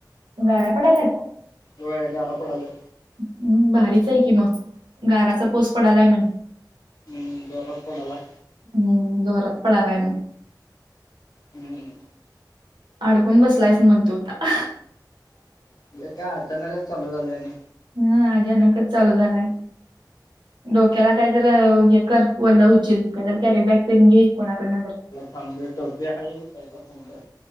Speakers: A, on the right; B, on the left.
A: गारा पडाल्यात?
B: व्हय गारा पडाल्यात.
A: हम् भारीच आहे की मग गाराचा पाऊस पडालाय म्हण.
B: ह जोरात पडालाय.
A: हम्म जोरात पडालाय.
B: हम्म
A: अडकून बसलायस म्हण तू आता.
B: हे काय अचानकच चालू झालय आणि,
A: हम अचानकच चालू झालाय. डोक्याला कायतर हे कर ओलं होशील, कायतर कॅरी बॅग तेन घे कोणाकडन तर,
B: थांबलोय टोपी हाय, साइडला थांबलोय.